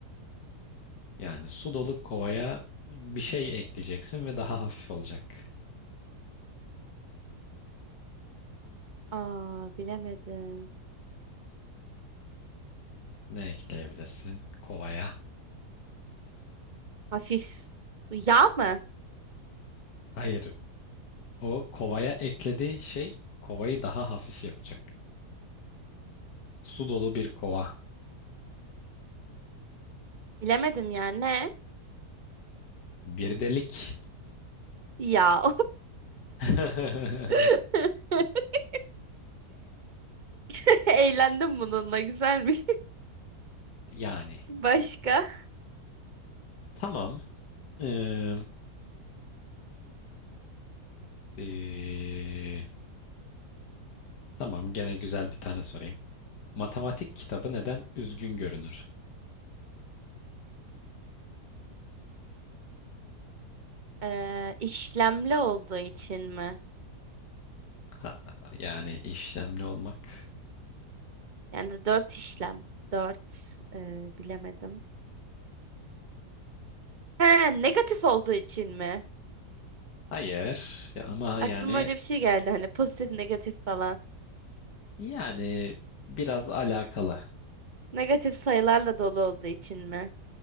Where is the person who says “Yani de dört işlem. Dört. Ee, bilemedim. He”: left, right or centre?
Right